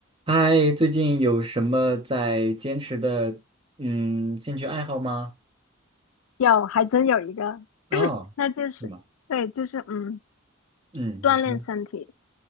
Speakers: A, on the right; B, on the left.
A: 嗨，最近有什么在坚持的嗯兴趣爱好吗？
B: 有，还真有一个，
A: 哦，
B: <clears throat> 那就是对，
A: 是吗？
B: 就是嗯，
A: 嗯，
B: 锻炼身体。
A: 你说。